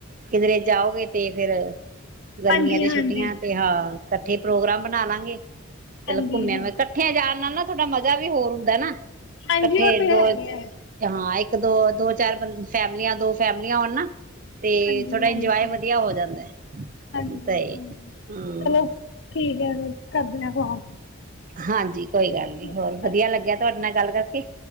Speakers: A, on the right; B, on the left.
A: ਕਿਧਰੇ ਜਾਓਗੇ ਤੇ ਫਿਰ ਗਰਮੀਆਂ
B: ਹਾਂਜੀ
A: ਦੀ
B: ਹਾਂਜੀ
A: ਛੁੱਟੀਆਂ ਤੇ ਹਾਂ। ਇਕੱਠੇ ਪ੍ਰੋਗਰਾਮ ਬਣਾਲਾਂਗੇ। ਚਲੋ
B: ਹਾਂਜੀ
A: ਘੁੰਮਿਆ
B: ਹਾਂ
A: ਮੈਂ ਇਕੱਠਿਆਂ ਜਾਣ ਨਾਲ ਨਾ ਥੋੜਾ ਮਜ਼ਾ ਵੀ ਹੋਰ ਹੁੰਦਾ ਨਾ
B: ਹਾਂਜੀ
A: ਇਕੱਠੇ
B: ਉਹ ਤੇ ਹੈ
A: ਦੋ
B: ਹੀ ਹੈ
A: ਹਾਂ ਇੱਕ ਦੋ- ਦੋ ਚਾਰ ਫੈਮਲੀਆਂ ਦੋ ਫੈਮਲੀਆਂ ਹੋਣ ਨਾ ਤੇ
B: ਹਾਂਜੀ
A: ਥੋੜਾ
B: ਹਾਂਜੀ
A: ਇੰਜੋਆਏ ਵਧੀਆ
B: ਹਾਂਜੀ
A: ਹੋ ਜਾਂਦਾ,
B: ਹਾਂਜੀ
A: ਤੇ ਹੂੰ
B: ਚਲੋ ਠੀਕ ਹੈ ਫਿਰ ਕਰਦੇ ਹਾਂ ਕਾਲ
A: ਹਾਂਜੀ ਕੋਈ ਗੱਲ
B: ਠੀਕ
A: ਨੀ ਹੋਰ
B: ਹੈ ਸਤਿ
A: ਵਧੀਆ
B: ਸ਼੍ਰੀ
A: ਲੱਗਿਆ
B: ਅਕਾਲ
A: ਤੁਹਾਡੇ ਨਾਲ ਗੱਲ ਕਰਕੇ